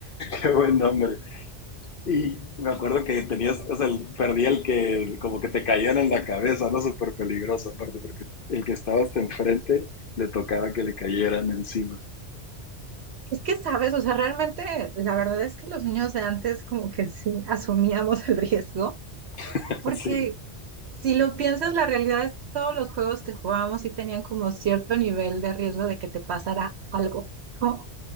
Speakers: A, on the left; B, on the right.
A: Qué buen nombre. Y me acuerdo que tenías, o sea, el- perdía el que como que te caían en la cabeza, ¿no? Súper peligroso, aparte, porque el que estabas hasta enfrente le tocaba que le cayeran encima.
B: Es que, sabes, o sea, realmente la verdad es que los niños de antes como que sí asumíamos <laughs> el riesgo,
A: <laughs>
B: porque
A: Sí.
B: si lo piensas, la realidad es que todos los juegos que jugábamos sí tenían como cierto nivel de riesgo de que te pasara algo, ¿no?